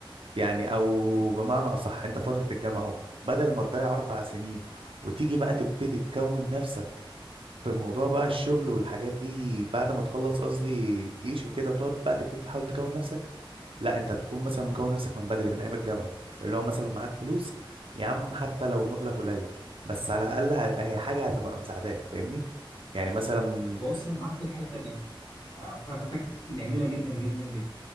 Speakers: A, on the right; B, on the left.
A: يعني او بمعنى اصح انت فتره الجامعه اهو بدل ما تضيع اربع سنين وتيجي بقى تبتدي تكون نفسك في موضوع بقى الشغل والحاجات دي بعد ما تخلص قصدي جيش وكده وتقعد بقى تبتدي تحاول تكون نفسك لا انت تكون مثلا مكون نفسك من بدري من ايام الجامعه اللي هو مثلا معاك فلوس يا عم حتى لو مبلغ قليل بس على الاقل ه- هي حاجه هتبقى مساعداك فاهمني يعني مثلا
B: بص انا معاك في الحتة دي على فكرة فكرتك جميلة جدا جدا جدا